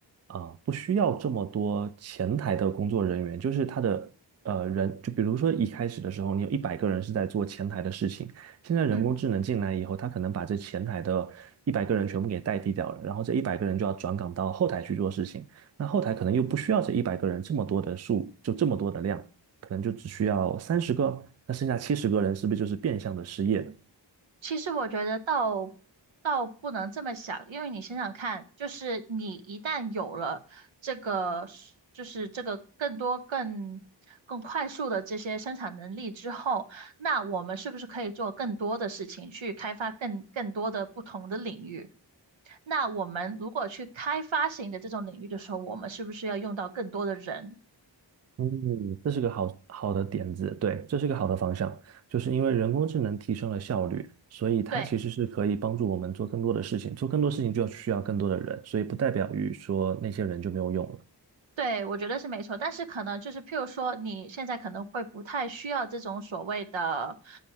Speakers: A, on the right; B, on the right.
A: 啊、呃不需要这么多前台的工作人员？就是他的呃人，就比如说一开始的时候，你有一百个人是在做前台的事情，现在人工智能进来以后，
B: 嗯。
A: 他可能把这前台的一百个人全部给代替掉了，然后这一百个人就要转岗到后台去做事情，那后台可能又不需要这一百个人这么多的数，就这么多的量，可能就只需要三十个，那剩下七十个人是不是就是变相的失业了？
B: 其实我觉得倒倒不能这么想，因为你想想看，就是你一旦有了这个是，就是这个更多、更更快速的这些生产能力之后，那我们是不是可以做更多的事情，去开发更更多的不同的领域？那我们如果去开发型的这种领域的时候，我们是不是要用到更多的人？
A: 嗯，这是个好好的点子，对，这是个好的方向，就是因为人工智能提升了效率，所以它其实是可以帮助我们做更多的事情，
B: 对。
A: 做更多事情就需要更多的人，所以不代表于说那些人就没有用了。
B: 对，我觉得是没错，但是可能就是，譬如说，你现在可能会不太需要这种所谓的，